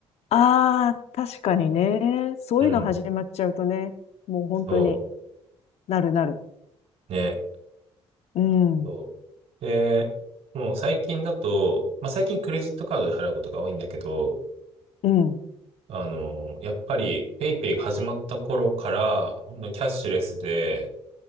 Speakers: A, on the left; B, on the right.
A: ああ、確かにね。そういうの始まっちゃうとね。
B: うん。
A: もう本当に
B: そ
A: なるなる。
B: う、ね、
A: うん。
B: そう。で、もう最近だと、まあ、最近クレジットカードで払うことが多いんだけど、
A: うん。
B: あの、やっぱり、ペイペイが始まった頃から、ほんとキャッシュレスで、